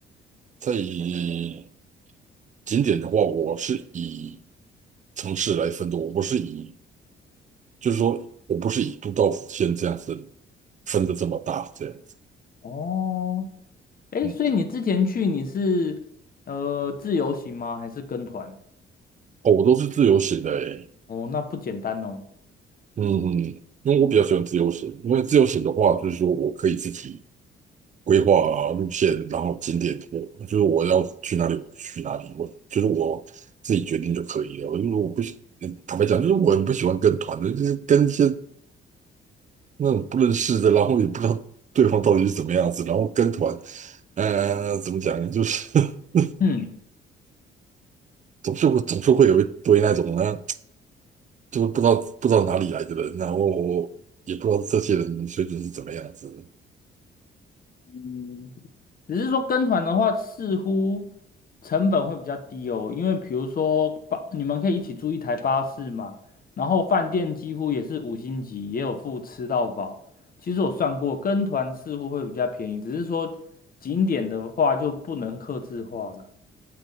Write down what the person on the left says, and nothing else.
<laughs> 哦，哎，
所以你之前去你是呃自由行吗？还是跟团？
哦，那不简单哦。
嗯
嗯
嗯，只是说跟团的话，似乎成本会比较低哦，因为比如说巴，你们可以一起租一台巴士嘛，然后饭店几乎也是五星级，也有付吃到饱。其实我算过，跟团似乎会比较便宜，只是说景点的话就不能客制化了。